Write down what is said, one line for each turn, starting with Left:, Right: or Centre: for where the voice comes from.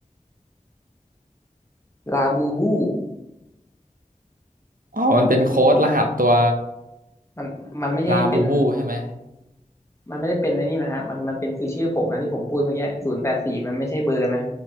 Left: ลาบูบู
Right: อ๋อมันเป็นโค้ดรหัสตัว
Left: มันมันไม่ใช่เป็น
Right: ลาบูบูใช่ไหม
Left: มันไม่ได้เป็นไอ้นี่นะฮะมันมันเป็นคือชื่อผมนะที่ผมพูดเมื่อกี้ศูนย์แปดสี่มันไม่ใช่เบอร์นะ